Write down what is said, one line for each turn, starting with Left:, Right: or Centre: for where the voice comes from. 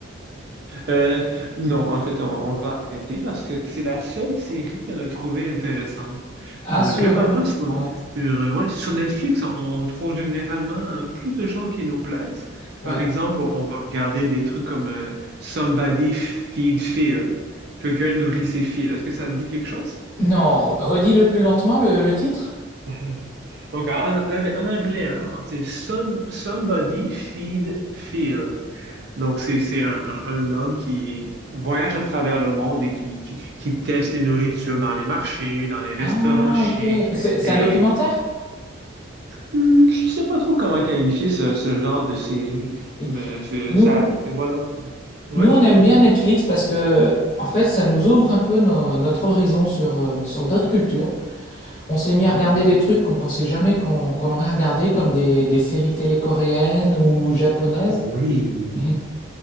Right: Euh, non, en fait, on, on va arrêter parce que c'est la seule série qu'on a trouvée intéressante.
Left: Ah
Right: Euh,
Left: sûr,
Right: globalement, sur,
Left: euh, ouais,
Right: sur, euh, ouais, sur Netflix, on, on trouve généralement euh, plus de choses qui nous plaisent.
Left: ouais.
Right: Par exemple, on on va regarder des trucs comme euh, Somebody Feed Phil. Quelqu'un nourrit ses fils. Est-ce que ça te dit quelque chose?
Left: Non, re- redis-le plus lentement le, le titre.
Right: Mhm. Donc, en, en- en anglais, hein, c'est some- Somebody Feed Phil. Donc, c'est, c'est un, un- un homme qui voyage à travers le monde et qui, qui, qui teste les nourritures dans les marchés, dans les restaurants
Left: Ah
Right: chics.
Left: ok. C'est c'est
Right: Et
Left: un documentaire?
Right: hmm, je sais pas trop comment qualifier ce, ce genre de série,
Left: Et
Right: mais c'est
Left: Nous
Right: ça, c'est bon. hein?
Left: nous
Right: Ouais.
Left: on aime
Right: mhm.
Left: bien Netflix parce que en fait ça nous ouvre un peu nos- notre horizon sur euh, sur d'autres cultures. On s'est mis
Right: Ouais.
Left: à regarder des trucs qu'on pensait jamais qu'on qu'on aurait regardé, comme des, des séries télé coréennes ou japonaises.
Right: Oui,
Left: Et,